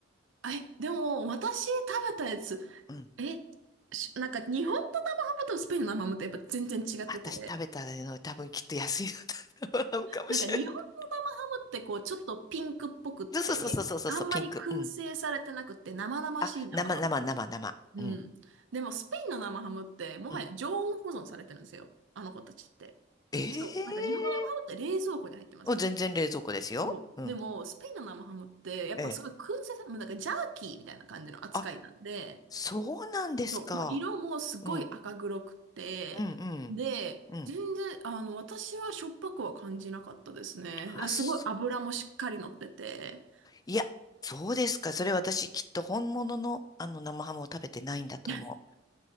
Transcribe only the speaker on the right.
え、でも私食べたやつ、
え、しなんか日本の生ハムとスペインの生ハムってやっぱ全然違ってて、
なんか日本ってこう、ちょっとピンクっぽくって、
あんまり燻製されてなくて、
生々しい生ハムというか。
うん。
でも、スペインの生ハムって、もはや常温保存されてるんですよ。
あの子たちって。
そう。なんか日本の生ハムって冷蔵庫に入ってますよね。
そう。
でも、スペインの生ハムって、やっぱすごい燻製さ、
もうなんかジャーキーみたいな感じの扱いなんで、
そう、もう色もすごい赤黒くて、
で、
全然、あの、私はしょっぱくは感じなかったですね。
すごい油もしっかり乗ってて、
<laughs>